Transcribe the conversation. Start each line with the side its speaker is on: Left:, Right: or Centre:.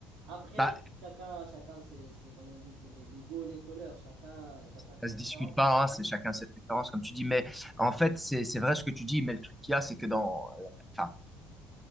Right: Après,
Centre: Bah,
Right: écoute, chacun, chacun, c'est, c'est comme on dit, c'est les, les goûts, les couleurs, chacun, chacun ses
Centre: ça
Right: préférences.
Centre: se discute pas, hein, c'est chacun ses préférences, comme tu dis. Mais en fait, c'est, c'est vrai ce que tu dis, mais le truc qu'il y a, c'est que dans. Enfin,